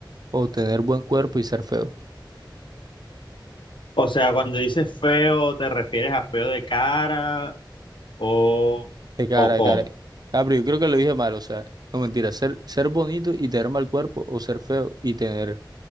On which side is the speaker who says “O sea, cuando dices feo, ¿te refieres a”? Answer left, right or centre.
Left